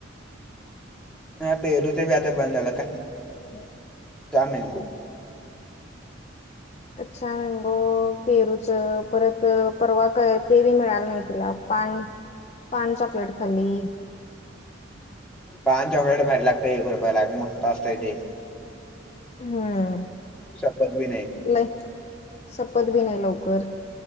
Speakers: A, in the centre; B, on the left (about 35°).
A: हा पेहरूच बी आता बंद झालं
B: <unintelligible>
A: ट्या मँगो
B: कच्छा मँगो पेरूच परत परवा क ते बी मिळाल नाही तिला पान पान चॉकलेट खाली.
A: पान चॉकलेट भारी लागतेय एक रुपयाला मोठा असतय ते.
B: हं
A: सपत बी नाही
B: लय संपत बी नाही लवकर.